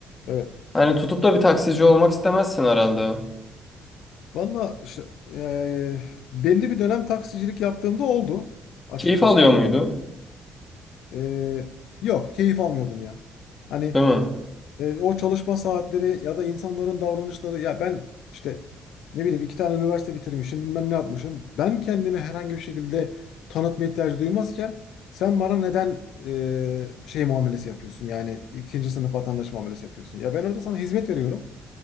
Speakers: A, on the left (about 80°); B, on the left (about 25°).
A: Evet.
B: Hani tutup da bir taksici olmak istemezsin herhalde.
A: Valla işte eee, belli bir dönem taksicilik yaptığımda oldu açıkçası
B: Keyif alıyor
A: ama
B: muydu?
A: tabii eee, yok keyif almıyordum ya. Hani
B: Değil mi?
A: eee, o çalışma saatleri ya da insanların davranışları ya ben işte ne bileyim iki tane üniversite bitirmişim bilmem ne yapmışım. Ben kendimi herhangi bir şekilde tanıtma ihtiyacı duymazken sen bana neden eee, şey muamelesi yapıyorsun yani ikinci sınıf vatandaş muamelesi yapıyorsun. Ya ben orada sana hizmet veriyorum